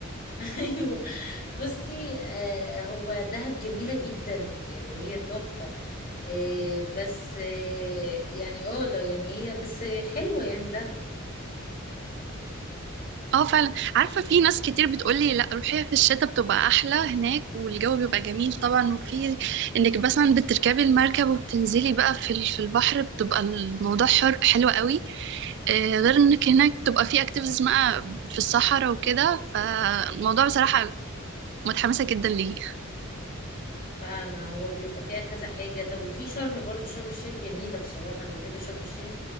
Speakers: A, on the left (about 45°); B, on the right (about 55°).
A: <laughs> ايوه بصي آه هو دهب جميلة جدا يعني هي تحفة آه بس آه يعني اه لا يعني هي بس حلوة يعني دهب
B: اه فعلا عارفة في ناس كتير بتقولي لا روحيها في الشتاء بتبقى أحلى هناك والجو بيبقى جميل طبعا وفي انك مثلا بتركبي المركب وبتنزلي بقى في ال- في البحر بتبقى الموضوع حر حلو قوي آه، غير انك هناك بتبقى في اكتيفيتيز بقى في الصحراء وكده فالموضوع بصراحة متحمسة جدا ليه
A: فما هو بيبقى فيها كذا حاجة طب وفي شرم برضو شرم الشيخ جميلة بصراحة أنا بحب شرم الشيخ